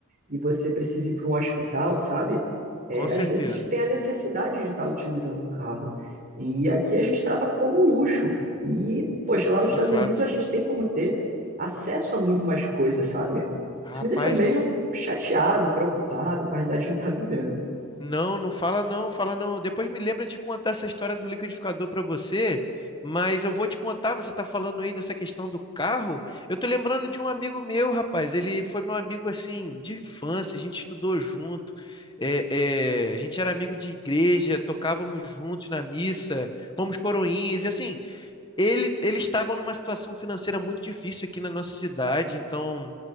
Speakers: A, on the right; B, on the left.
A: e você precisa ir para um hospital, sabe? É,
B: com certeza.
A: às vezes tem a necessidade de estar utilizando um carro. E aqui a gente trata como um luxo. E, poxa, lá nos
B: De
A: Estados
B: fato.
A: Unidos a gente tem como ter acesso a muito mais coisas, sabe?
B: Rapaz,
A: Isso me deixa meio
B: não, f-
A: chateado, preocupado com a realidade que a gente está vivendo.
B: não, não fala não, fala não. Depois me lembra de contar essa história do liquidificador para você, mas eu vou te contar, você tá falando aí dessa questão do carro. Eu tô lembrando de um amigo meu, rapaz. Ele foi meu amigo assim de infância, a gente estudou junto. é, é, a gente era amigo de igreja, tocávamos juntos na missa, fomos coroinhas, e assim, Ele, eles estavam numa situação financeira muito difícil aqui na nossa cidade, então